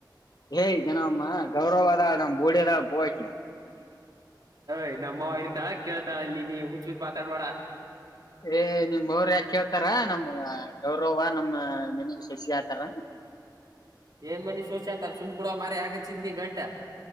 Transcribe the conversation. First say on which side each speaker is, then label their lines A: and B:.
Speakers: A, on the left; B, on the right.
A: ಹೇ ಜನಮ್ಮ ಗೌರವದ ನಮ್ಮ್ ಬೋಡಿಯದ ಬೋಕಿ
B: ಯ್ ನಮ್ಮವ ಇರ್ತಾ ಕೇಳ್ತಾಳಲ್ಲಿ ನೀ ಹುಚ್ಚ ಹತ್ ಮಾತಾಡ್ಬೇಡ
A: ಏ ನಿಮ್ಮ್ರ ಯಾಕೆ ಆತಾರ ನಮ್ಮ್ ಗೌರವ ನಮ್ಮ ಮನೆ ಸೋಸಿ ಆತರ
B: ಏನ್ ಮನಿ ಶೋಷ ಆತ ಸುಮ್ ಕುೂಡುವ ಮಾರ ಯಾಕ್ ಅಚ್ಚಿದಿ ನೀ ಗಂಟ